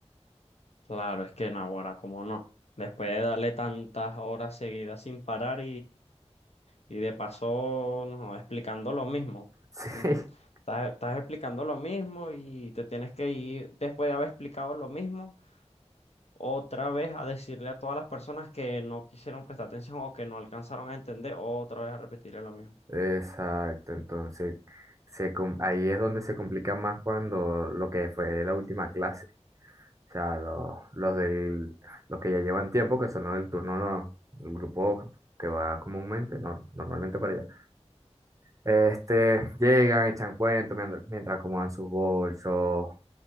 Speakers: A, on the left; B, on the right.
A: Claro, es que en ahora, cómo no. Después de darle tantas horas seguidas sin parar Y de paso, no, explicando lo mismo.
B: <laughs>
A: ¿entiendes?
B: Sí,
A: Estás, estás explicando lo mismo y te tienes que ir, después de haber explicado lo mismo, otra vez a decirle a todas las personas que no quisieron prestar atención o que no alcanzaron a entender, otra vez a repetirle lo mismo. <laughs>
B: exacto, entonces se, com- ahí es donde se complica más cuando lo que fue la última clase, o sea, los, los del, los que ya llevan tiempo, que son los del turno, no- el grupo que va comúnmente, nor- normalmente para allá, este, llegan, echan cuentos mientras, mientras acomodan sus bolsos